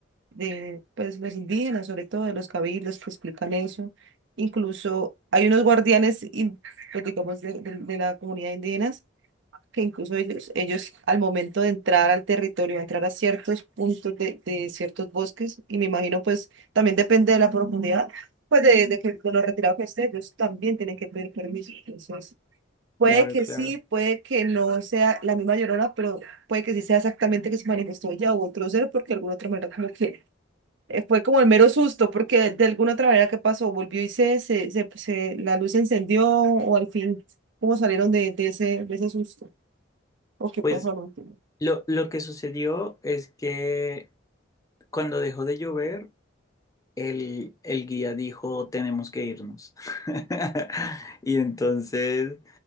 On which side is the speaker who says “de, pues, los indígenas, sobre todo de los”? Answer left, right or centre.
Right